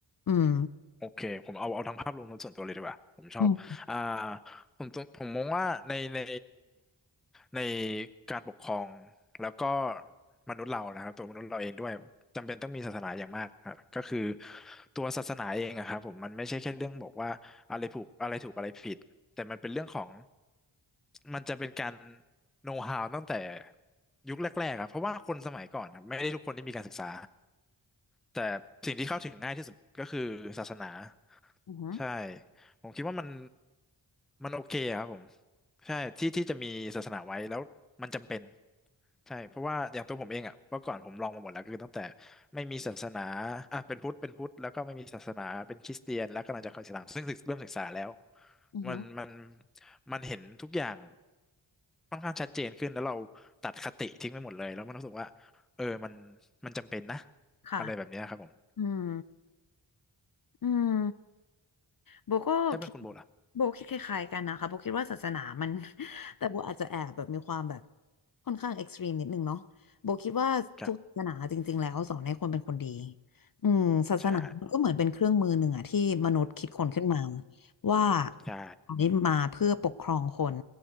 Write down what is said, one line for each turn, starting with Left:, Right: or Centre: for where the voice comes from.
Left: อืม
Centre: โอเคผมเอาเอาทั้งภาพรวมทั้งส่วนตัวเลยดีกว่าผมชอบอ่า
Left: อืม
Centre: ผมต้องผมมองว่าในในในการปกครองแล้วก็มนุษย์เรานะครับตัวมนุษย์เราเองด้วยจำเป็นต้องมีศาสนาอย่างมากครับก็คือตัวศาสนาเองอะครับผมมันไม่ใช่แค่เรื่องบอกว่าอะไรถูกอะไรถูกอะไรผิดแต่มันเป็นเรื่องของมันจะเป็นการโน้ h ฮาวตั้งแต่ยุคแรกๆครับเพราะว่าคนสมัยก่อนครับไม่ได้ทุกคนที่มีการศึกษา แต่สิ่งที่เข้าถึงง่ายที่สุดก็คือศาสนา
Left: อือหือ
Centre: ใช่ผมคิดว่ามันมันโอเคอะครับผมใช่ที่ที่จะมีศาสนาไว้แล้วมันจำเป็นใช่เพราะว่าอย่างตัวผมเองอ่ะเมื่อก่อนผมลองมาหมดแล้วคือตั้งแต่ไม่มีศาสนาอ่ะเป็นพุทธเป็นพุทธแล้วก็ไม่มีศาสนาเป็นคริสเตียนแล้วก็กำลังจะเข้าอิสลามซึ่งศึกเริ่มศึกษาแล้ว
Left: อือหือ
Centre: มันมันมันเห็นทุกอย่างค่อนข้างชัดเจนขึ้นแล้วเราตัดคติทิ้งไปหมดเลยแล้วมันรู้สึกว่าเออมันมันจำเป็นนะ
Left: ค่ะ
Centre: อะไรแบบเนี้ยครับผม
Left: อืมอืม โบก็คิด
Centre: ถ้าเป็นคุณโบล่ะ
Left: โบคิดคล้ายๆกันนะคะโบคิดว่าศาสนามัน <laughs> แต่โบอาจจะแอบแบบมีความแบบค่อนข้างเอ็กซ์ตรีมนิดนึงเนาะโบคิดว่าทุกศาสนาจริงๆแล้วสอนให้คนเป็นคนดี
Centre: ครับ
Left: อืมศาสนามันก็เหมือนเป็นเครื่องมือหนึ่งอะที่มนุษย์คิดคนขึ้นมา
Centre: ใช่
Left: ว่า
Centre: ใช่
Left: ใช้มาเพื่อปกครองคน